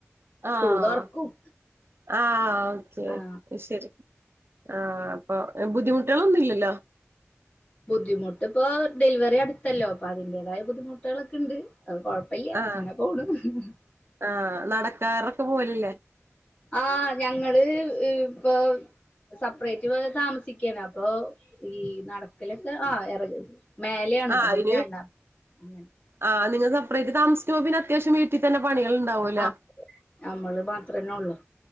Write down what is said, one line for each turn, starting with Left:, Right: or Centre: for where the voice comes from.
Left: സ്കൂൾ
Right: ആഹ്
Left: തുറക്കും
Right: ആഹ് ഓക്കെ
Left: ആ
Right: ക്കെ ശരി ആഹ് അപ്പൊ ബുദ്ധിമുട്ടുകളൊന്നും ഇല്ലല്ലോ
Left: ബുദ്ധിമുട്ട് ഇപ്പോ ഡെലിവറി അടുത്തല്ലോ അപ്പൊ അതിന്റതായ ബുദ്ധിമുട്ടുകളൊക്കെ ഉണ്ട് കുഴപ്പല്ല
Right: ആഹ്
Left: അങ്ങനെ പോണ <unintelligible>
Right: ആഹ് നടക്കാറൊക്കെ പോവലില്ലേ
Left: ആഹ് ഞങ്ങള് ഇപ്പൊ സെപ്പറേറ്റ് താമസിക്കാണ് അപ്പൊ ഈ നടക്കലൊക്കെ ആഹ് ഇറ മേലെയാണ്
Right: ആഹ്
Left: അത്
Right: അയിന്
Left: രണ്ടാം അങ്ങനെ
Right: ആഹ് നിങ്ങ സപ്പറേറ്റ് താമസിക്കുമ്പോ പിന്നെ അത്യാവശ്യം വീട്ടിൽ തന്നെ പണികൾ ഉണ്ടാവൂലേ
Left: ആ നമ്മള് മാത്രന്നേ ള്ളൂ